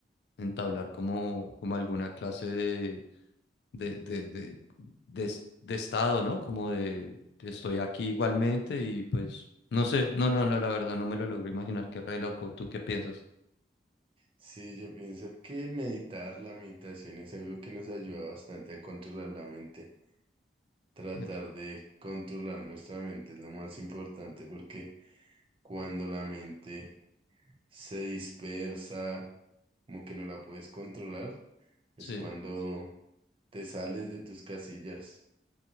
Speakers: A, on the left; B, on the right.
A: entablar como, como alguna clase de, de, de, de, de es- de estado, ¿no? Como de de estoy aquí igualmente y pues no sé, no, no, no, la verdad no me lo logro imaginar, qué re loco, ¿tú qué piensas?
B: Sí, yo pienso que meditar, la meditación es algo que nos ayuda bastante a controlar la mente. Tratar
A: Eso.
B: de controlar nuestra mente es lo más importante porque cuando la mente se dispersa, como que no la puedes controlar, es
A: Sí,
B: cuando te sales de tus casillas.